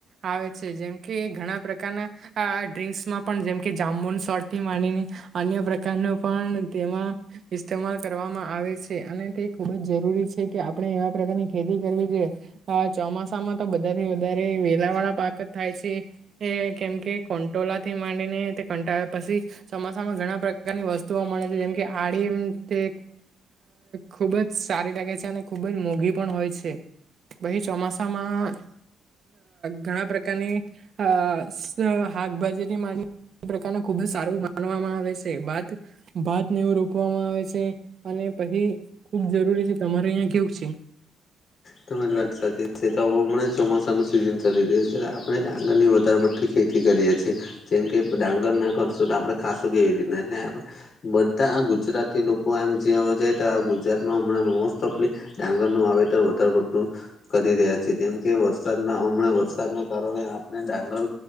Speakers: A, on the right; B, on the left.
A: આવે છે જેમ કે ઘણા પ્રકારના આ ડ્રિંક્સ માં પણ જેમ કે જામુન સોટ્સ થી માંડીને અન્ય પ્રકાર ન પણ તેમાં ઇસ્તેમાલ કરવામાં આવે છે. અને તે ખુબ જ જરૂરી છે કે, આપણે એવા પ્રકારની ખેતી કરવી જોઈએ. હા ચોમાસામાં તો બધાથી વધારે વેલા વાળા પાક જ થાય છે. એ કેમ કે કંટોલા થી માંડીને તે કંટાળ્યા પછી ચોમાસામાં ઘણા પ્રકારની વસ્તુઓ મળે છે જેમ કે આડી એમ તે ખૂબ જ સારી લાગે છે અને ખૂબ જ મોંઘી પણ હોય છે પછી ચોમાસામાં,, - ઘણા પ્રકારની અ સ શાકભાજીની પ્રકાર ખુબ જ સારું માનવામાં આવે છે બાત ભાતને એવું રોપવામાં આવે છે. અને પછી ખુબ જરૂરી છે. તમારે અહિં કેવું છે?
B: તમારી વાત સાચી છે તો હવે મને ચોમાસા નું સિઝન ચાલી રહ્યું છે આપણે ડાંગર ની વધારે પડતી ખે તી કરીએ છીએ જેમ કે ડાંગર ના કરશું તો આપણે ખાાસું કેવી રીતના એટલે આપણે બધા ગુજરાતી લોકો એમ જે જાય તો ગુજરાતમાં હમણાં મોસ્ટઓફલી ડાંગર નું વાવેતર વધ વધુ કરી રહ્યા છે જેમ કે વરસાદના હમણા વરસાદના કારણે આપણે ડાઃગર